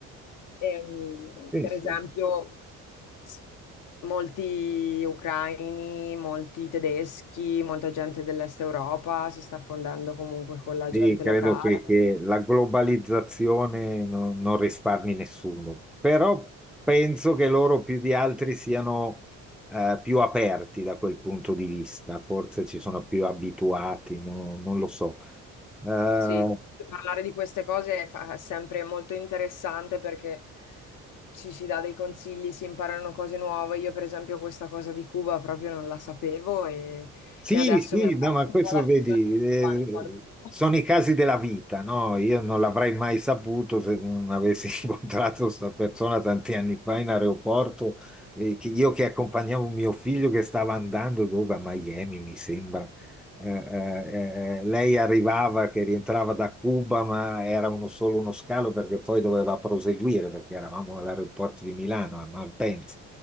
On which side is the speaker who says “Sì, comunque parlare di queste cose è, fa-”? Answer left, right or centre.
Left